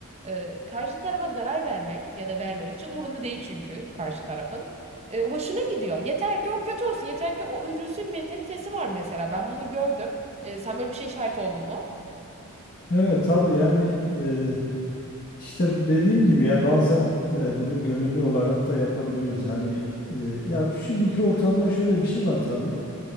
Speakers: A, on the right; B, on the left.
A: e, karşı tarafa zarar vermek ya da vermemek için umurunda değil çünkü karşı tarafın. E, hoşuna gidiyor. Yeter ki o kötü olsun, yeter ki o üzülsün mentalitesi var mesela. Ben bunu gördüm. E, sen böyle bir şey şahit oldun mu?
B: Evet tabii yani e, işte bu dediğim gibi ya bazen e, bunu gönüllü olarak da yapabiliyoruz. Hani e, ya şimdiki ortamda şöyle bir şey var tabii.